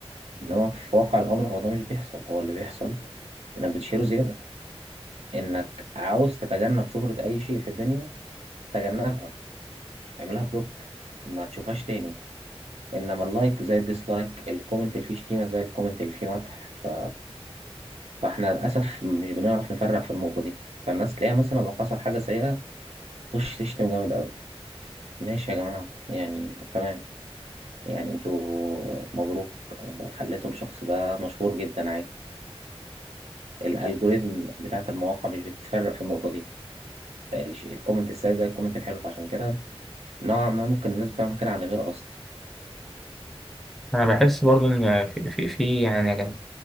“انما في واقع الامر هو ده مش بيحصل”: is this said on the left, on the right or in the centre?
Right